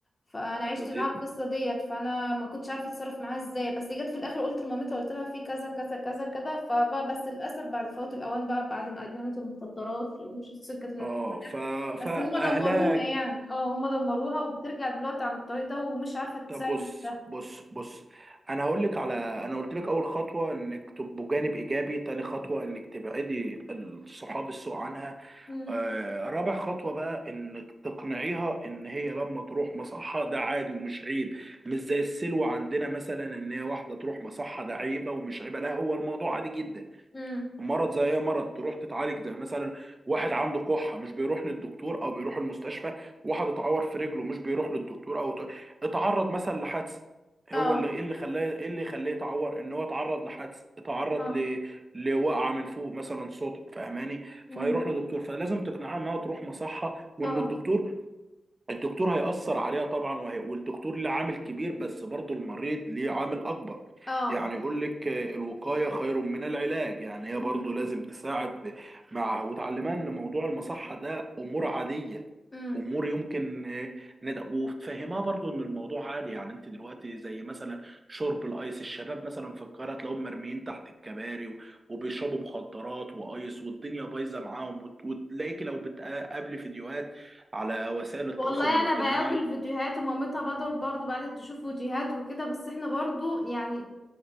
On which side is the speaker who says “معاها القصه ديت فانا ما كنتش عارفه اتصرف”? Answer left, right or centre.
Left